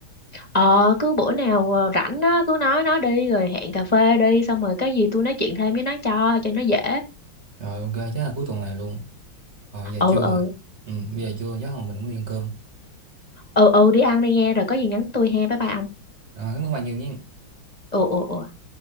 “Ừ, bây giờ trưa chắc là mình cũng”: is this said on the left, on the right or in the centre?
Right